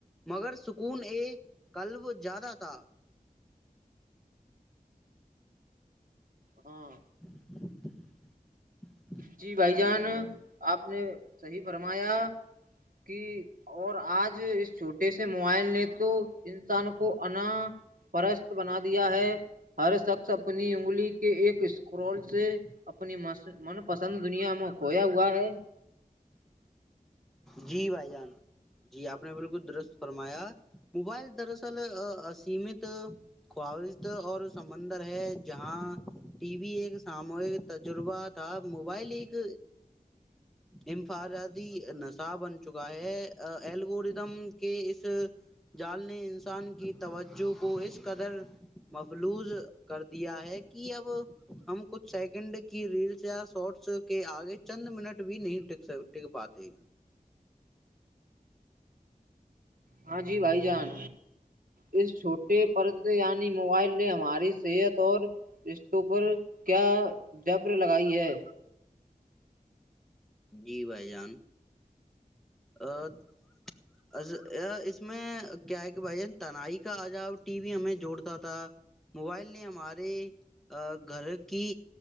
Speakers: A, in the centre; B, on the right.
A: مگر ہن یہ کلب زیاد تھا
B: ہاں <inaudible>
A: <unintelligible>
B: جی بھائی جان آپ نے صحی فرمایا کہ اور آج اس چھوٹے سے موبائل نے تو انسان کو انا پرست بنا دیا ہے ہر شخص اپنی انگلی کے ایک اسکرول سے اپنی من پسند دنیا میں کھویا ہوا ہے
A: جی بھائی جان جی آپ نے بالکل درست فرمایا موبائل دراصل امت خواہ اور سمندر ہے جہاں ٹی وی ایک ساموہک تجربہ تھا موبائل ایک امفاداتی نسل ا بن چکا ہے ایلگوردم کے اس جال نے انسان کی توجہ کو اس قدر مفلوظ کر دیا ہے کہ اب ہم کچھ سیکنڈ کی ریلس یا شارٹس کے آگے چند منٹ بھی نہیں ٹک پاتے
B: ہاں جی بھائی جان اس چھوٹے پرد یع موبائل نے ہماری صحت اور رشتوں پر کیا جبر لگائی ہے
A: جی بھائی جان ا اس میں کیا ہے کہ بھائی جان تنائی کا عجاب ٹی وی ہمیں جوڑتا تھا موبائل نے ہمارے گھر کی